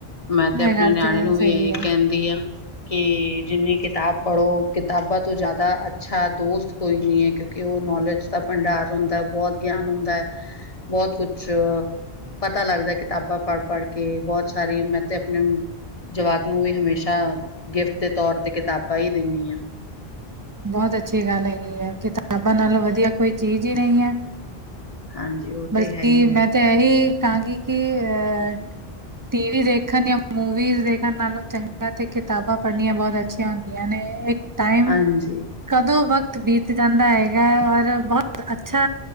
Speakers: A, on the left (about 40°); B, on the right (about 35°).
A: ਮੈਂ ਤੇ ਆਪਣੇ
B: ਇਹ ਗੱਲ
A: ਨਿਆਣੇ ਨੂੰ ਵੀ
B: ਸਹੀ
A: ਇਹੀ
B: ਹੈ
A: ਕਹਿੰਦੀ ਆ ਕਿ ਜਿੰਨੀ ਕਿਤਾਬ ਪੜ੍ਹੋ, ਕਿਤਾਬਾਂ ਤੋਂ ਜ਼ਿਆਦਾ ਅੱਛਾ ਦੋਸਤ ਕੋਈ ਨੀ ਹੈ ਕਿਉਂਕਿ ਉਹ ਨੌਲੇਜ ਦਾ ਭੰਡਾਰ ਹੁੰਦਾ ਬਹੁਤ ਗਿਆਨ ਹੁੰਦਾ ਹੈ, ਬਹੁਤ ਕੁਛ ਪਤਾ ਲੱਗਦਾ ਕਿਤਾਬਾਂ ਪੜ੍ਹ-ਪੜ੍ਹ ਕੇ ਬਹੁਤ ਸਾਰੀ, ਮੈਂ ਤੇ ਆਪਣੇ ਜਵਾਕ ਨੂੰ ਵੀ ਹਮੇਸ਼ਾ ਗਿਫਟ ਦੇ ਤੌਰ ਤੇ ਕਿਤਾਬਾਂ ਹੀ ਦਿੰਨੀ
B: ਬਹੁਤ ਅੱਛੀ ਗੱਲ ਹੈਗੀ ਹੈ, ਕਿਤਾਬਾਂ ਨਾਲੋਂ ਵਧੀਆ ਕੋਈ ਚੀਜ਼ ਹੀ ਨਹੀਂ ਹੈ
A: ਹਾਂਜੀ ਉਹ
B: ਬਲਕਿ
A: ਤੇ ਹੈ ਹੀ ਹੈ
B: ਮੈਂ ਤਾਂ ਇਹੀ ਕਹਾਂਗੀ ਕਿ ਅਹ ਟੀ ਵੀ ਦੇਖਣ ਜਾਂ ਮੂਵੀਜ਼ ਦੇਖਣ, ਨਾਲੋਂ ਚੰਗਾ ਤੇ ਕਿਤਾਬਾਂ ਪੜ੍ਹਨੀਆਂ ਬਹੁਤ ਅੱਛੀਆਂ ਹੁੰਦੀਆਂ ਨੇ ਇੱਕ ਟਾਈਮ
A: ਹਾਂਜੀ
B: ਕਦੋਂ ਵਕਤ ਬੀਤ ਜਾਂਦਾ ਹੈਗਾ, ਔਰ ਬਹੁਤ ਅੱਛਾ